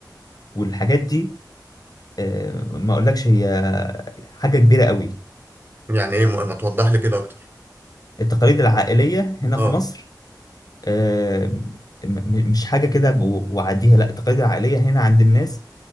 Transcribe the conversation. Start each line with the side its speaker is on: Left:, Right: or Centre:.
Left: والحاجات دي آه، ما أقولكش هي حاجة كبيرة قوي
Right: يعني ايه ما توضح لي كده اكتر
Left: التقاليد العائلية هنا
Right: اه
Left: في مصر آه، م- م- مش حاجة كده و- وعديها لا التقاليد العائلية هنا عند الناس